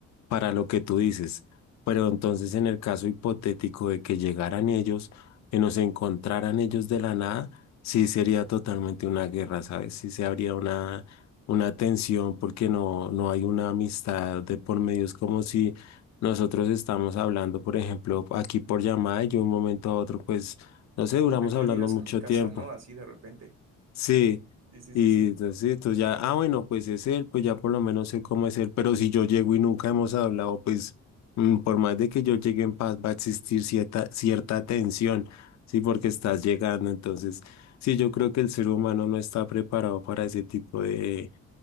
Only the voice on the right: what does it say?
Como
que tú
llegas
a mi casa,
¿no? Así de repente.
Sí, sí,
sí, sí.